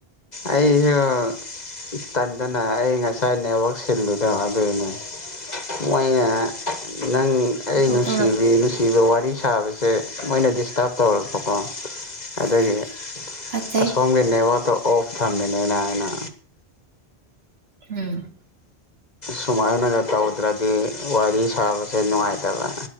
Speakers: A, on the left; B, on the right.
A: ꯑꯩꯁꯨ ꯇꯟꯗꯅ ꯑꯩ ꯉꯁꯥꯏ ꯅꯦꯠꯋꯥꯛ ꯁꯤꯜꯂꯗꯣ ꯑꯗꯨꯅꯦ ꯃꯣꯏꯅ ꯅꯪ
B: ꯄꯪꯇꯧ
A: ꯑꯩ ꯅꯨꯡꯁꯤꯕꯤ
B: ꯇꯧꯔꯛ
A: ꯅꯨꯡꯁꯤꯕ ꯋꯥꯔꯤ ꯁꯥꯕꯁꯦ ꯃꯣꯏꯅ ꯗꯤꯁꯇꯥꯔꯕ ꯇꯧꯔꯛꯄꯀꯣ ꯑꯗꯨꯒꯤ
B: ꯐꯠꯆꯩ
A: ꯑꯁꯣꯝꯒꯤ ꯅꯦꯠꯋꯥꯛꯠꯇꯣ ꯑꯣꯐꯐ ꯊꯝꯃꯤꯟꯅꯦꯅꯥ ꯑꯩꯅ
B: ꯎꯝ
A: ꯁꯨꯃꯥꯏꯅꯒ ꯇꯧꯗ꯭ꯔꯗꯤ ꯋꯥꯔꯤ ꯁꯥꯕꯁꯦ ꯅꯨꯡꯉꯥꯏꯇꯕ